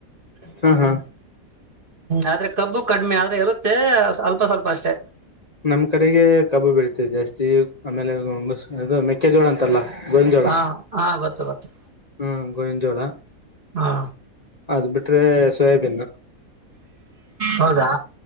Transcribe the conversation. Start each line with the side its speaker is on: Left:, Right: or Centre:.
Left: ಹಾ ಹಾ
Right: ಆದ್ರೆ ಕಬ್ಬು ಕಡಿಮೆ ಆದ್ರೆ ಇರುತ್ತೆ ಸ್ವಲ್ಪ ಸ್ವಲ್ಪ ಅಷ್ಟೇ
Left: ನಮ್ ಕಡೆಗೆ ಕಬ್ಬು ಬೀಳ್ತದೆ ಜಾಸ್ತಿ ಆಮೇಲೆ ಅದು ಮೆಕ್ಕೆಜೋಳ ಅಂತಲ್ಲ ಗೋಯಂಜೋಳ
Right: ಹಾ ಹಾ ಗೊತ್ತು ಗೊತ್ತು
Left: ಹಾಞ ಗೋಯಿಂದಜೋಳ
Right: ಹಾ
Left: ಅದು ಬಿಟ್ರೆ ಸೋಯಾಬೀನ್ನು
Right: ಹೌದಾ